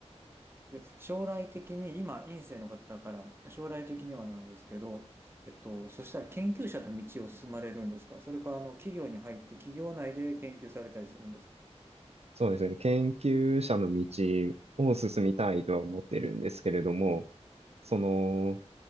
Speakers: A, on the right; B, on the right.
A: で、将来的に、今、院生の方だから、将来的にはなんですけど、えっと、そしたら研究者の道を進まれるんですかそれか、あの、企業に入って、企業内で研究されたりするんですか
B: そうですね。研究者の道を進みたいとは思ってるんですけれども、その、